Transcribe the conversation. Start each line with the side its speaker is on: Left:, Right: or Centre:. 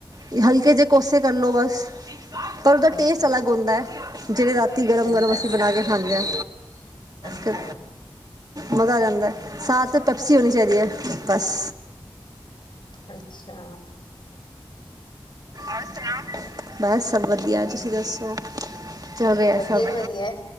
Right: ਇਹ ਹਲਕੇ ਜੇ ਕੋਸੇ ਕਰ ਲਓ ਬਸ। ਪਰ ਉਹਦਾ
Left: ਅੱਛਾ
Right: ਟੇਸਟ ਅਲੱਗ ਹੁੰਦਾ ਹੈ। ਜਿਹੜੇ ਰਾਤੀਂ ਗਰਮ-ਗਰਮ
Left: ਅੱਛਾ
Right: ਅਸੀਂ ਬਣਾ ਕੇ ਖਾਂਦੇ ਹਾਂ।
Left: ਅੱਛਾ
Right: ਤੇ ਮਜ਼ਾ ਆ ਜਾਂਦਾ ਸਾਥ ਤਾਂ ਪੈਪਸੀ ਹੋਣੀ ਚਾਹੀਦੀ ਹੈ। ਬਸ
Left: ਅੱਛਾ
Right: ਔਰ ਸੁਣਾਓ, ਬਸ ਸਭ ਵਧੀਆ ਤੁਸੀਂ ਦੱਸੋ ਚਲ ਆ
Left: ਵਧੀਆ
Right: ਸਭ
Left: ਜੀ ਵਧੀਆ